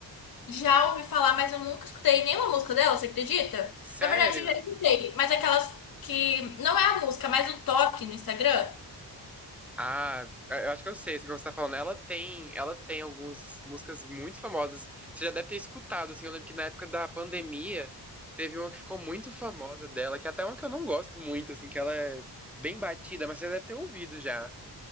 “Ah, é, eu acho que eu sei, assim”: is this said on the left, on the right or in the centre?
Centre